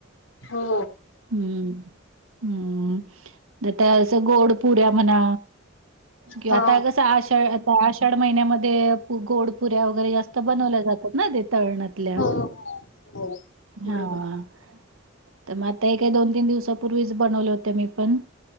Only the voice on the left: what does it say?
हो
हा
हो हो हो बरोबर